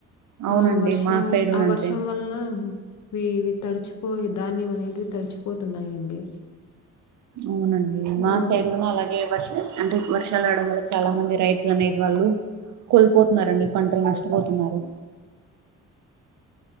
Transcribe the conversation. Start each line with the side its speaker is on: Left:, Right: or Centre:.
Right: అవునండి
Left: ఆ వర్షం
Right: మా సైడ్ గూనా
Left: ఆ వర్షం
Right: అంతే
Left: వల్ల ఇవి ఇవి తడిచిపోయే ధాన్యం అనేవి తడిచిపోతున్నాయండి
Right: అవునండి మా
Left: ఆ!
Right: సైడ్ కూడా అలాగే వర్ష అంటే వర్షాలు రావడం వల్ల చాలా మంది రైతులు అనేది వాళ్ళు కోల్పోతున్నారండి పంటలు నష్టపోతున్నారు